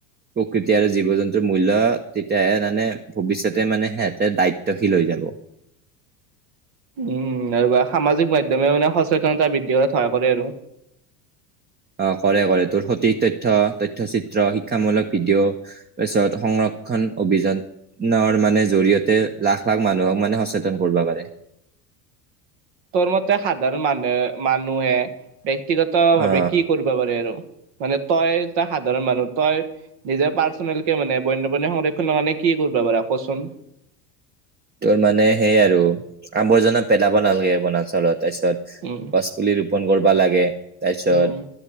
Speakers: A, on the right (about 20°); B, on the right (about 60°).
A: প্ৰকৃতি আৰু জীৱ-জন্তুৰ মূল্য তেতিয়াহে মানে ভৱিষ্যতে মানে সিহঁতে দায়িত্বশীল হৈ যাব।
B: উম, আৰু বা সামাজিক মাধ্যমে মানে সচেতনতা বৃদ্ধি কৰা সহায় কৰে আৰু।
A: অহ, কৰে-কৰে তোৰ সঠিক তথ্য, তথ্যচিত্ৰ, শিক্ষামূলক ভিডিঅ' তাৰপিছত সংৰক্ষণ অভিযান সংৰক্ষণ মানে জৰিয়তে লাখ-লাখ মানুহক মানে সচেতন কৰিব পাৰে।
B: তোৰ মতে সাধাৰণ মানুহে, মানুহে ব্যক্তিগতভাৱে
A: অ
B: কি কৰিব পাৰে আৰু? মানে তই এটা সাধাৰণ মানুহ, তই নিজৰ পাৰ্চনেলকে মানে বন্যপ্ৰাণীৰ সংৰক্ষণৰ কাৰণে কি কৰিবা বাৰু কচোন।
A: তোৰ মানে সেই আৰু আৱৰ্জনা পেলাব নালাগে বনাঞ্চলত, তাৰপিছত
B: উম
A: পুলি ৰোপন কৰিবা লাগে, তাৰপিছত
B: উম